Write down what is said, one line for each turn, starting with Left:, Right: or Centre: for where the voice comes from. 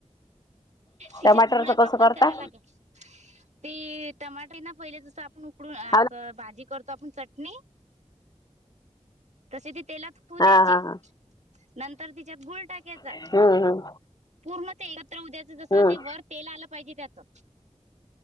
Right: तिच्यात
Left: टमाटरचं
Right: गुळ्याच वापर
Left: कसं करता
Right: करायला लागलं. ते टमाटर ना पहिले जसं, आपण उकडून असं.
Left: हा ना
Right: भाजी करतो आपण चटणी, तशी ती तेलात. पुद्याचे
Left: हा हा हा
Right: नंतर तिच्यात गुळ टाकायचा
Left: हम्म हम्म
Right: पूर्ण ते. उद्याच जसं
Left: हम्म
Right: ते वर तेल आलं पाहिजे त्याचं,